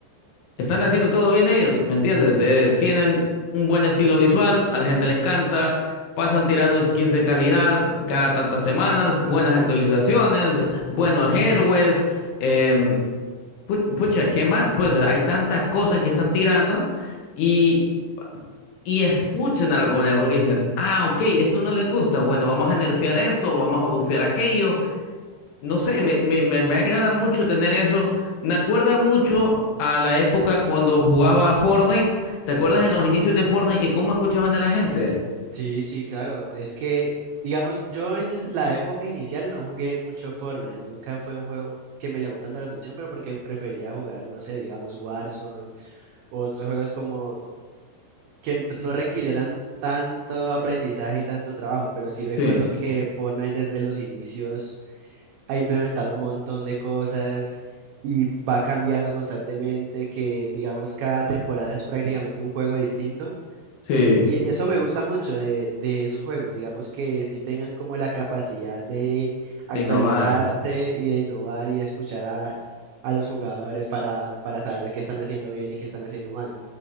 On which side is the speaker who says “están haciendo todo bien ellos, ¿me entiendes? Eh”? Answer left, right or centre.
Left